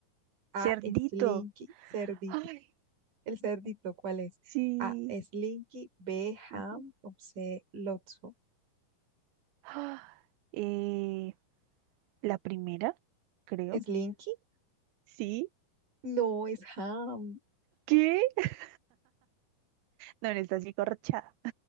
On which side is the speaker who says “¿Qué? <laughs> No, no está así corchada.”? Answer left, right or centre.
Right